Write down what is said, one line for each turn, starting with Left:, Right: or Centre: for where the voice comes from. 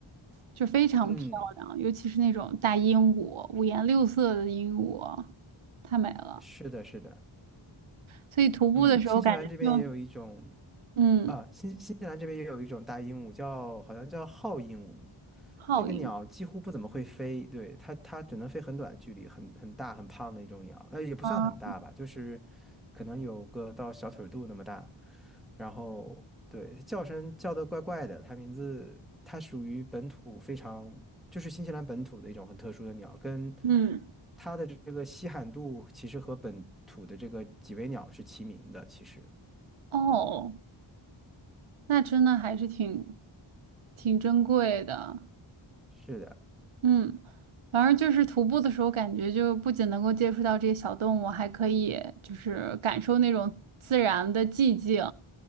Right: 就非常漂亮，
Centre: 嗯，
Right: 尤其是那种大鹦鹉，五颜六色的鹦鹉，太美了。
Centre: 是的，是的。
Right: 所以徒步的时候感觉就，
Centre: 嗯，新西兰这边也有一种。
Right: 嗯，
Centre: 啊，新新西兰这边也有一种大鹦鹉叫，好像叫号鹦鹉，
Right: 好鹰
Centre: 那个鸟几乎不怎么会飞，对，它它只能飞很短的距离，很很大很胖的一种鸟，呃，也不算很大吧，
Right: 啊，
Centre: 就是可能有个到小腿肚那么大，然后对，叫声叫的怪怪的，它名字它属于本土非常就是新西兰本土的一种很特殊的鸟，跟
Right: 嗯，
Centre: 它的这个稀罕度其实和本土的这个几维鸟是齐名的，其实
Right: 哦，那真的还是挺挺珍贵的，
Centre: 是的。
Right: 嗯。反正就是徒步的时候，感觉就不仅能够接触到这些小动物，还可以就是感受那种自然的寂静，